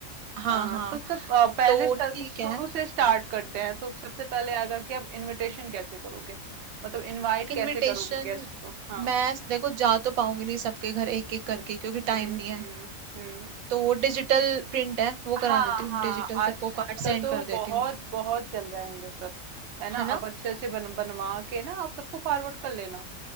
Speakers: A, on the right; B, on the right.
A: हाँ
B: हाँ
A: हाँ
B: तो सब अ, पहले
A: तो
B: सब
A: ठीक
B: शुरू
A: है
B: से स्टार्ट करते हैं तो सबसे पहले आएगा कि आप इनविटेशन कैसे करोगे मतलब इनवाइट
A: इनविटेशन
B: कैसे करोगे गेस्ट को हाँ
A: मैं देखो जा तो पाऊंगी नहीं सबके घर एक एक करके क्योंकि
B: हम्म
A: टाइम नहीं है
B: हम्म हम्म
A: तो डिजिटल प्रिंट है वो
B: हाँ
A: करा देती हूँ
B: हाँ
A: डिजिटल
B: आज
A: सबको
B: आजकल
A: कार्ड सेंड
B: तो
A: कर
B: बहुत
A: देती हूँ
B: बहुत चल रहे हैं ये सब है ना
A: है ना
B: अब अच्छे से बन बनवा के ना आप सबको फॉरवर्ड कर लेना